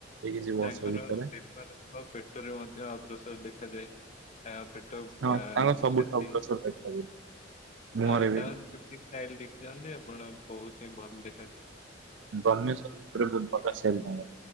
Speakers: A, on the right (about 75°); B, on the left (about 40°).
A: ଏଇ କିଛି ବର୍ଷ
B: ତାଙ୍କର
A: ଭିତରେ
B: ବେପାର ସହ ପେଟରେ ମଧ୍ୟ ଅଗ୍ରସର ଦେଖାଯାଏ। ପେ ଟୋପା
A: ହଁ
B: ଆ
A: ତାଙ୍କ ସବୁଠି
B: ଛାତି
A: ଅଗ୍ରସର ଦେଖାଯାଉଛି ମୁହଁରେ
B: ଆଉ
A: ବି
B: ତାଙ୍କ ଚୁଟି ଷ୍ଟାଇଲି ଦେଖିଲା ମାନେ ଆପଣ ବହୁତ ହିଁ ଭଲ ଦେଖ
A: ଭୁବନେଶ୍ୱର ଭିତରେ ବହୁତ ଭଲ ସେଲ୍ ହବ।